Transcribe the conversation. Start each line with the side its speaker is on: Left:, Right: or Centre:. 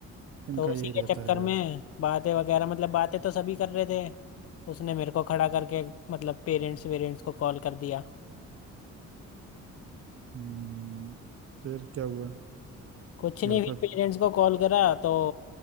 Right: इनका
Left: तो उसी
Right: यही रहता
Left: के चक्कर
Right: है यार
Left: में बातें वगैरह मतलब बातें तो सभी कर रहे थे उसने मेरे को खड़ा करके मतलब पेरेंट्स वेरेंट्स को कॉल कर दिया
Right: हम्म, फिर क्या हुआ
Left: कुछ नहीं
Right: घर
Left: फिर
Right: पे
Left: पेरेंट्स को कॉल करा तो